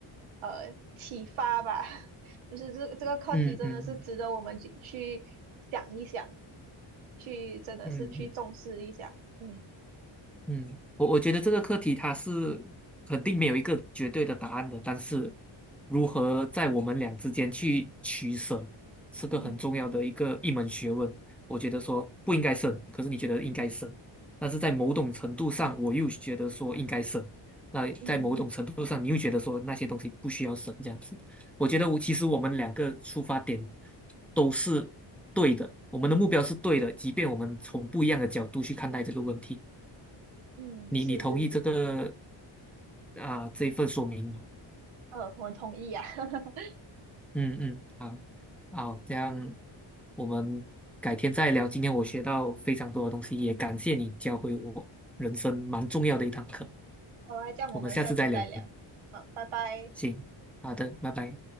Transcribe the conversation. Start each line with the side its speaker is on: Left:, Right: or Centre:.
Right: 呃启发吧。<laughs> 就是这这个课题真的是值得我们去去想一想，
Centre: 嗯嗯嗯
Right: 去真的是去重视一下。
Centre: 嗯嗯。
Right: 嗯
Centre: 嗯，我我觉得这个课题它是肯定没有一个绝对的答案的，但是如何在我们俩之间去取舍，是个很重要的一个一门学问。
Right: 嗯
Centre: 我觉得说不应该省，可是你觉得应该省，但是在某种程度上，我又觉得说应该省，那在某种程度上，
Right: 嗯
Centre: 你又觉得说那些东西不需要省这样子。我觉得我其实我们两个出发点都是对的，我们的目标是对的，即便我们从不一样的角度去看待这个问题。
Right: 嗯，
Centre: 你你同意这个
Right: 是是是，
Centre: 啊、这一份说明吗？
Right: 呃，我同意呀、<laughs>
Centre: 嗯嗯，好，好，这样我们改天再聊。今天我学到非常多的东西，也感谢你教会我人生蛮重要的一堂课。
Right: 好啊，这样我们下次再聊。
Centre: 我们下次再聊。
Right: 好，拜拜。
Centre: 行，好的，拜拜。